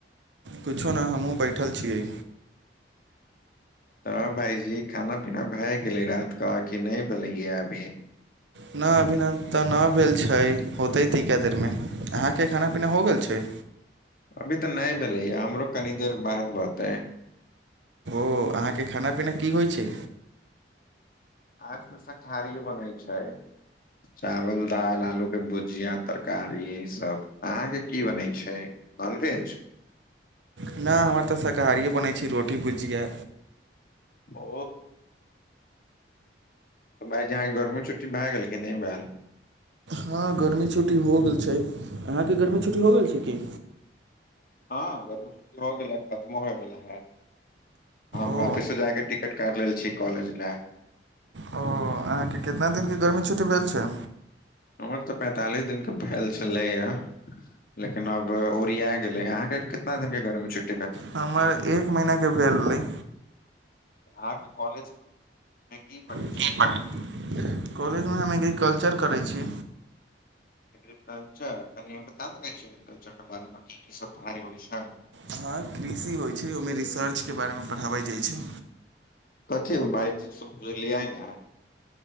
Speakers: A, on the right; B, on the left.
A: कुछो नह हमहहुँ बैठल छियै
B: तऽ भायजी खाना पीना भए गेलै रात क कि नहि भेलै या अभी
A: न अभी न तऽ नहि भेल छै होते ती कए देरमे अहाँके खाना पीना हो गेल छै
B: अभी तऽ नहि भेलैय हमरो कनी देर बाद बतै
A: ओ अहाँके खाना पीना की होइ छै
B: आज तऽ शाकाहारी बनै छै चावल दाल आलू के भुजिया तरकारी इ सब अहाँके की बनै छैय ननवेज
A: न हमर तऽ शाकाहारियए बनै छै रोटी भुजिया
B: ओ तऽ भाय जी अहाँके गर्मी छु्टी भय गेल कि नहि भय भेल
A: हँ गर्मी छुट्टी हो गेल छै अहाँके गर्मी छुट्टी हो गेल छै की
B: हँ गर्मी छुट्टी हो गेल हँ खत्मो होयवला हा हम
A: ओ
B: वापिसो जायके टिकट काटि लेले छिय कॉलेज लाए
A: ओ अहाँके कितना दिनके गर्मी छुट्टी भेल छै
B: हमर तऽ पैंतालिस दिनके भेल छलैए लेकिन अब ओरिया गेले अहाँ के कितना दिन के गर्मी छुटी
A: हमर एक महिना के भेलय
B: अहाँके कॉलेज मे की पढ़य
A: की पढ़य कॉलेजमे हम एग्रीकल्चर करैय छी
B: एग्रीकल्चर कनि ओयमे बता सकै छिय एग्रीकल्चर के बारे मे की की सब पढ़ाइ होइ छैय
A: हाँ कृषि होइ छैय ओहिमे रिसर्च के बारे मे पढ़ावै जाइ छैय
B: कथी बाइसँ बुझलियै ने <inaudible>